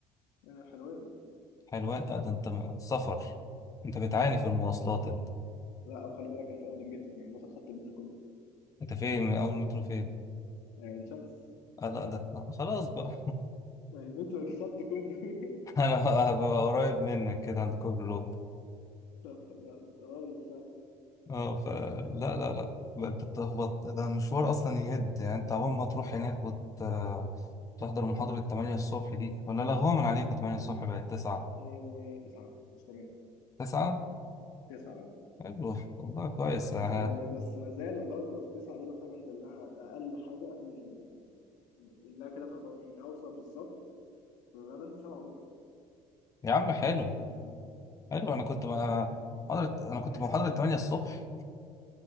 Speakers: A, on the left; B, on the left.
A: يعني حلوين
B: حلوان لا ده انت سفر انت بتعاني
A: يعني سفر
B: في المواصلات انت
A: لا او خلي بالك انا في اول المترو يعني واخد خط المترو كله
B: انت فين من اول مترو فين
A: عين شمس
B: اه لا ده آه، خلاص بقى
A: المترو الخط كله <laughs>
B: <laughs> انا هبقى قريب منك كده عند كوبري لوب
A: طب يا- انت قريب فعلا
B: اه فلا لا لا لا، بقى انت بتخبط ده المشوار اصلا يهد يعني انت عقبال ما تروح هناك وتحضر محاضرة 8 الصبح دي ولا لغوها من عليكم 8 الصبح بقت 9
A: إيه تسعة مش تمانية
B: 9
A: تسعة اه
B: حلو والله كويس
A: بس
B: آه.
A: بس ما زالت برضه بس تسعة دي محتاج انزل لها اقل حاجة اقل اللي كده تهبر يعني هوصل بالظبط انا بنزل سبعة وربع
B: يا
A: على
B: عم
A: ما
B: حلو
A: توصل لل...
B: حلو انا كنت
A: بعد
B: بقى
A: خير
B: محاضرة انا كنت
A: ما خير
B: محاضرة 8 الصبح